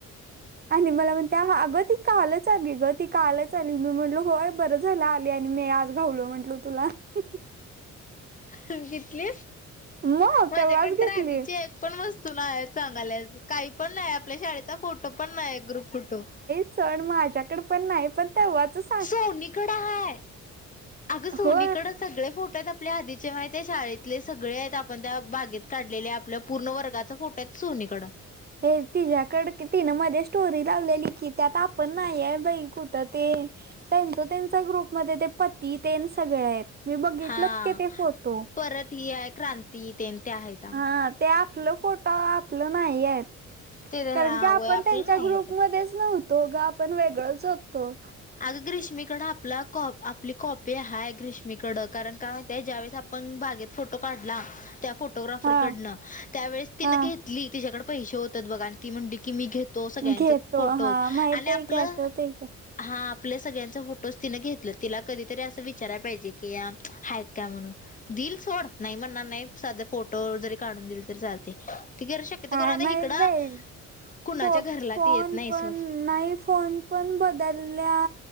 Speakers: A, on the right; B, on the left.
A: आणि मला म्हणते अग ती - कालच आली ग ती कालच आली. मी म्हटल होय बरं झालं आली आणि मी आज घावलो म्हंटल तुला. ह
B: घितली.
A: मग
B: माझ्याकडे
A: तेव्हाच घेतली
B: तर आधीची एक पण वस्त- -स्तू नाय सांगायेलस. काही पण नाही आपल्या शाळेचा फोटो पण नाही ग्रुप फोटो.
A: सोड माझ्याकड पण नाही पण तेव्हाचच-
B: सोनीकड हाय. अगं सोनीकडं
A: हो
B: सगळे फोटो आहेत आप - आपले आधीचे माहित आहे? शाळेतले सगळे आहेत. आपण त्या बागेत काढलेले. आपल्या पूर्ण वर्गाचा फोटो आहेत सोनीकड.
A: होय. तिच्याकड, तिनं मध्ये स्टोरी लावलेली की त्यात आपण नाही आहे बाई कुठं ते? त्यांच त्यांचा ग्रुपमध्ये ते पती तेन सगळे आहेत. मी बघितलंच
B: हा.
A: की ते फोटो
B: परत ही आहे क्रांती तेन ते आहेता.
A: हा ते आपलं फोटो आपलं नाही आहेत.
B: ते वय
A: कारण की आपण
B: आपलं
A: त्यांच्या
B: नाही
A: ग्रुपमध्येच
B: आहे तर
A: नव्हतो ग, आपण वेगळच होतो.
B: अगं ग्रीष्मीकडे आपला कॉप आप - -पली कॉपी हाय ग्रीषमीकड. कारण काय माहतीये ज्यावेेळेस आपण बागेत फोटो काढला, त्या- फोटोग्राफर
A: हा
B: कडन. त्या वळेस तिन
A: हा
B: घेतली. तिच्याकडे पैसे होतात बघ आणि ती म्हटली की मी घेत - तो सगळ्यांच
A: घेतो
B: फोटोज
A: हा माहित
B: आणि
A: आहे
B: आपलं-
A: <unintelligible>
B: हा. आपल्या सगळ्यांच फोटोज तिन घेतलं. तिला कधीतरी असं विचाराया पाहिजे की या आहेत का म्हणून? दिल सोड. नाही म्हणणार नाही. साध्या फोटोवर जरी काढून दिल तरी चालते. ती घर शक्यत
A: काय
B: कोणा आता
A: माहित
B: इकडं,
A: बाई
B: कुणाच्या
A: फो
B: घरला
A: फोन
B: ती येत नाही
A: पण
B: सोड.
A: नाही फोन पण बदलला.